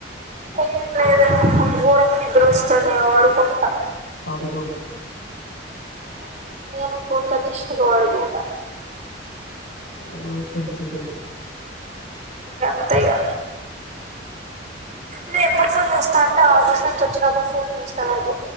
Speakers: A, on the right; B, on the left.
A: ఏ లేదు రా నాగూడ నిద్దరోస్తుంది ఇగా పడుకుంటా
B: ఎందుకో
A: మ్ నేను ఫోన్ కట్ చేసినక పడుకుంటా
B: ఉ ట్వెంటి సెకండ్స్
A: అంతే ఇగా నేను ఎప్పుడు ఫోన్ చేస్తా అంటే ఆఫీస్ ఆఫీస్ నుంచి వచ్చినప్పుడు ఫోన్ చేస్తా లెగు